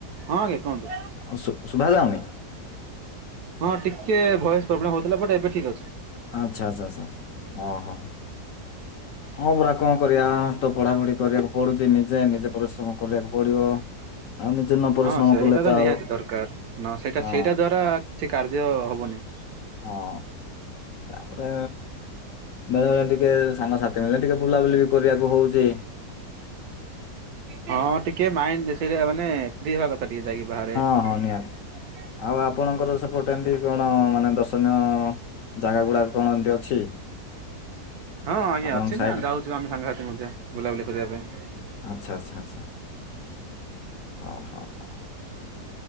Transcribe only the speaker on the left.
ହଁ ସୁ ଶୁଭା ଯାଉନି।
ଆଚ୍ଛା ଛା ଛା ହଁ ହଁ। ହଁ ପରା କଣ କରିବା ତ ପଢାପଢି କରିବାକୁ ପଡୁଛି ନିଜେ ନିଜେ ପରିଶ୍ରମ କରିବାକୁ ପଡିବ। ଆଉ ନିଜେ ନ ପରିଶ୍ରମ
କଲେ
ଆଉ
ହଁ
ହଁ ତାପରେ ବେଳେବେଳେ ଟିକେ ସାଙ୍ଗସାଥି ମିଳିଲେ ଟିକେ ବୁଲାବୁଲି ବି କରିବାକୁ ହୋଉଚି।
ହଁ ହଁ ନିହାତି। ଆଉ ଆପଣଙ୍କର ସେପଟେ ଏମିତି କଣ ମାନେ ଦର୍ଶନୀୟ ଜାଗା ଗୁଡ଼ାକ କଣ ଏମତି ଅଛି?
ଆପଣଙ୍କ
ସାଇଡରେ
ଆଚ୍ଛା ଆଚ୍ଛା ଆଚ୍ଛା। ହଉ ହଉ ହଉ